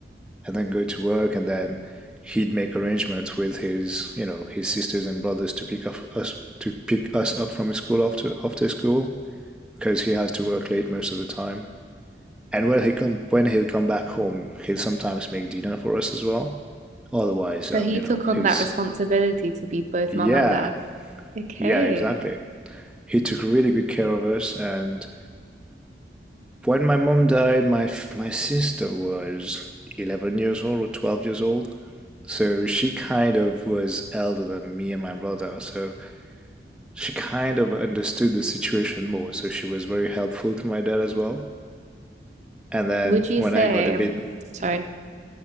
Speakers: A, in the centre; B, on the right.
A: and then go to work, and then he'd make arrangements with his, you know, his sisters and brothers to pick up us to pick us up from school after after school because he has to work late most of the time. And when he come when he'll come back home, he'll sometimes make dinner for us as well. Otherwise, um,
B: so he
A: you know,
B: took on
A: he's
B: that responsibility to be both
A: yeah,
B: mom and dad. Okay.
A: yeah, exactly. He took really good care of us. And when my mom died, my my sister was eleven years old or twelve years old. So she kind of was elder than me and my brother. So she kind of understood the situation more. So she was very helpful to my dad as well. And then
B: Would you
A: when
B: say,
A: I got a bit,
B: sorry.